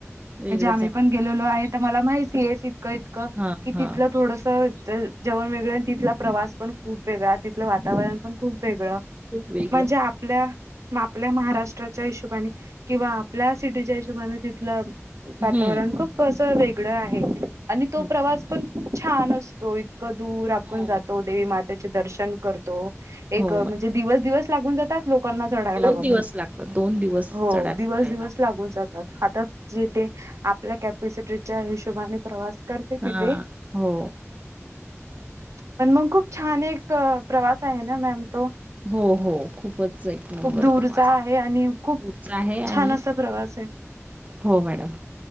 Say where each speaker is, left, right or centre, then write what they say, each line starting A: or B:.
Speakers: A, on the right (about 30°); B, on the right (about 75°).
A: वेगळंच
B: म्हणजे आम्ही
A: आहे मॅडम.
B: पण गेलेलो
A: हो
B: आहे तर मला माहित. <unintelligible> ततकं इतकं
A: हा
B: कि
A: हा.
B: तिथलं थोडस जेवण वेगळं तिथला प्रवास पण खूप. वेगळ तिथलं वातावरण पण खूप वेगळं
A: खूप वेगळं.
B: म्हणजे, आपल्या आपल्या महाराष्ट्रात. हिशोबाने किंवा आपल्या सिटीच्या हिशोबाने तिथल
A: हम्म
B: वातावरण खूप अस वेग हेकड आहे आणि तो
A: हम्म.
B: प्रवास पणप छान असतो. इतकं दूर आपण
A: हो
B: जातो देवी मातेचे दर्शन करतो एक
A: हो
B: म्हणजे
A: मॅडम
B: दिवस दिवस. लागून जातात. लोकांना चडायला
A: दोन
B: वर
A: दिवस लागतात दोन दिवस
B: हो
A: चढायला
B: दिवस
A: उतरायला
B: दिवस
A: मॅडम.
B: लागून जातात हातात जे ते. आपल्या कॅपसिटीच्या हिशोबाने प्रवास. करते
A: हा
B: तिथे
A: हो.
B: पण मग खूप छान एक प्रवास आहे ना मॅम तो.
A: हो हो खूपच एक
B: खूप
A: नंबर
B: दूरचा
A: प्रवास
B: आहे आणि खूप
A: दूरचा आहे
B: छान
A: आणि.
B: असा प्रवास आहे
A: हो मॅडम.